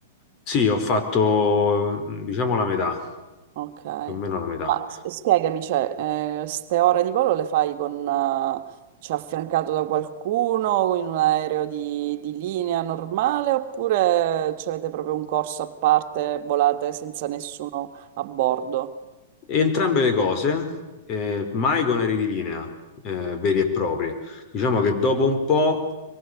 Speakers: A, on the left (about 40°); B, on the right (about 55°).
A: Sì, ho fatto, diciamo, la metà,
B: Ok. Ma
A: più o meno la metà.
B: s- spiegami, cioè, eh, ste ore di volo le fai con, eh, cioè, affiancato da qualcuno in un aereo di, di linea normale oppure cioè, avete proprio un corso a parte, volate senza nessuno a bordo?
A: Entrambe le cose, eh, mai con aerei di linea eh, veri e propri. Diciamo che dopo un po',